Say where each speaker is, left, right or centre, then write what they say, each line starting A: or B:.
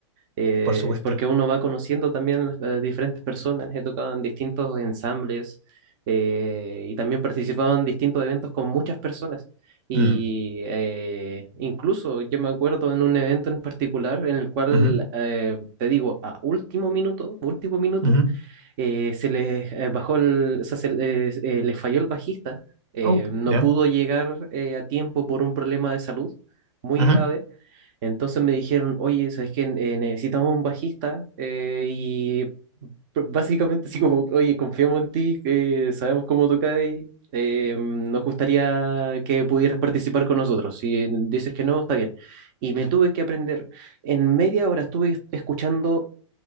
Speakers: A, on the right; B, on the right.
A: Eh,
B: Por supuesto.
A: es porque uno va conociendo también las- a diferentes personas. He tocado en distintos ensambles eh, y también participado en distintos eventos con muchas personas. Y
B: Mm,
A: eh, incluso yo me acuerdo en un evento en particular en el cual,
B: ujú,
A: eh, te digo, a último minuto, último minuto
B: ujú.
A: eh, se les eh, bajó el, o sea, se les, eh, les falló el bajista, eh,
B: Oh,
A: no
B: ya.
A: pudo llegar eh, a tiempo por un problema de salud muy
B: Ujú,
A: grave. Entonces me dijeron, oye, ¿sabes qué? Eh, necesitamos un bajista eh, y pr- básicamente así como, oye, confiamos en ti, eh, sabemos cómo tocas, eh, nos gustaría que pudieras participar con nosotros. Si dices que no, está bien. Y me tuve que aprender. En media hora estuve escuchando